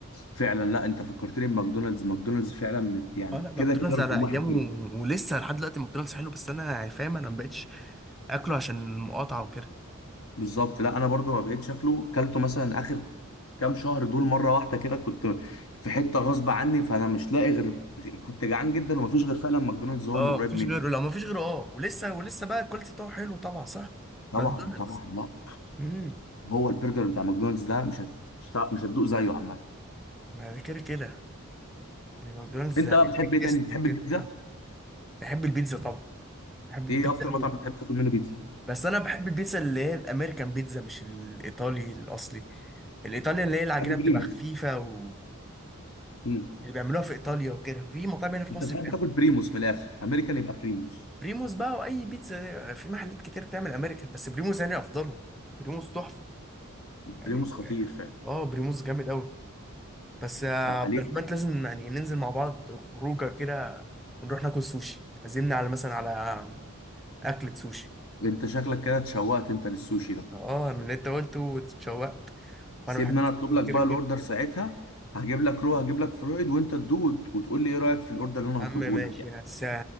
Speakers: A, on the left; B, in the centre.
A: فعلا لا انت فكرتني بماكدونالدز ماكدونالدز فعلا من- يعني
B: اه لا ماكدونالدز
A: كده كده رقم
B: على ايامه
A: واحد
B: ولسه لحد دلوقتي ماكدونالدز حلو بس انا يعني فاهم انا مبقتش اكله عشان المقاطعه وكده
A: بالظبط لا انا برضو ما بقيت شكله كلته مثلا اخر كام شهر دول مره واحده كده كنت في حته غصب عني فانا مش لاقي غير غ- كنت جعان جدا ومفيش غير فعلا ماكدونالدز هو
B: اه
A: اللي قريب
B: مفيش
A: مني
B: غيره لا مفيش غيره اه ولسه ولسه بقى الكواليتي بتاعه حلو طبعا صح
A: طبعا
B: ماكدونالدز
A: طبعا لا
B: امم
A: هو البرجر بتاع ماكدونالدز ده مش هت... مش هت- مش هتدوق زيه عامه
B: ما ده كده كده يعني ماكدونالدز
A: انت بقى بتحب
B: بيج
A: ايه
B: تيستي
A: تاني بتحب
B: وكده
A: البيتزا
B: بتاع بحب البيتزا طبعا بحب البيتزا
A: ايه اكتر
B: قوي
A: مطعم بتحب تاكل منه بيتزا
B: بس انا بحب البيتزا اللي هي الامريكان بيتزا مش الايطالي الاصلي الايطالي اللي هي العجينه
A: بتحب بريموس
B: بتبقى خفيفه و
A: امم
B: اللي بيعملوها في ايطاليا وكده في مطاعم هنا في
A: انت
B: مصر
A: بتحب تاكل بريموس من الاخر امريكان يبقى بريموس
B: بريموس بقى واي بيتزا في محلات كتير بتعمل امريكان بس بريموس يعني افضلهم بريموس تحفه
A: بريموس
B: يعني
A: خطير فعلا
B: اه بريموس جامد قوي بس يا
A: هو عليه
B: عبد الرحمن لازم يعني ننزل مع بعض خروجه كده ونروح ناكل سوشي تعزمني على مثلا على اكلة سوشي
A: انت شكلك كده اتشوقت انت للسوشي ده
B: اه من اللي انت قلته واتشوقت وانا
A: سيبني
B: بحب
A: انا اطلب
B: الفود
A: لك بقى
B: كده كده
A: الاوردر ساعتها هجيب لك رو هجيب لك فرويد وانت تدوق وت- وتقول لي ايه رايك في الاوردر اللي انا
B: يا
A: هطلبه
B: عم ماشي
A: لك يعني
B: هس...